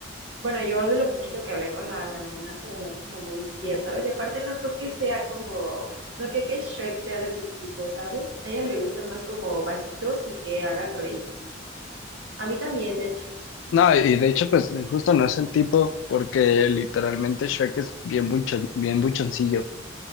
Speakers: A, on the right (about 80°); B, on the left (about 85°).
A: bueno, yo de lo poquito que hablé con la dragona se veía como muy fiel, ¿sabes? Y aparte no creo que sea como, no creo que Shrek sea de su tipo, ¿sabes? A ella le gustan más como bajitos y que hagan reír. A mí también, de hecho.
B: No, y de hecho, pues justo no es el tipo, porque literalmente Shrek es bien buchon- bien buchoncillo,